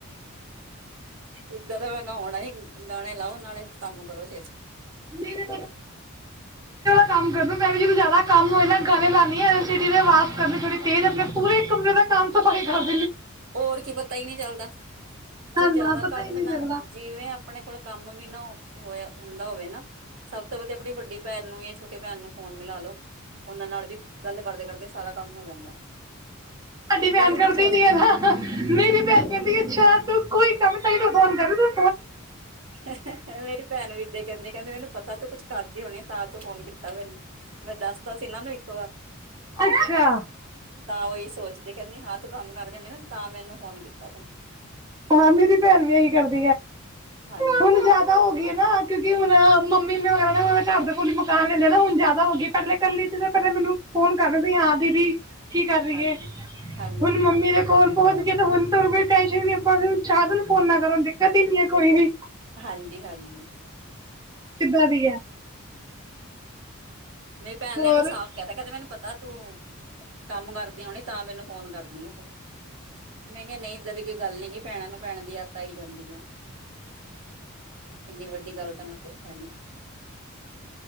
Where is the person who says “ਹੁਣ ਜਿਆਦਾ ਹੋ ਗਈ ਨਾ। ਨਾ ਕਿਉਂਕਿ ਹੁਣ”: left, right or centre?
Right